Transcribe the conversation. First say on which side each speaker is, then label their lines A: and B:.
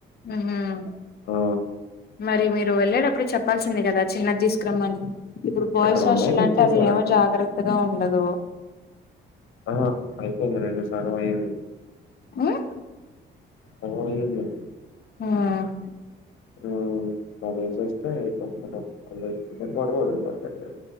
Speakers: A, on the left (about 50°); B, on the left (about 80°).
A: ఊహుం
B: ఆ
A: మరి మీరు వెళ్ళేటప్పుడు చెప్పాల్సింది కదా చిన్నది తీసుకురమ్మని ఇప్పుడు బోయిస్
B: అక్కడ ఉన్నాయి
A: హస్టల్
B: తెచ్చేసారంట
A: అంటే అది ఏమో జాగ్రత్తగా ఉండదు
B: ఆ అయిపోయింది నిన్న సగం అయ్యింది
A: హ్మ్.
B: అగో ఈ ఇల్లు
A: ఉమ్
B: ఉమ్మ్ వాడు ఏసేస్తే ఐపోతాదీ డబ్బులైతే గొడవ వదిలి పోతాది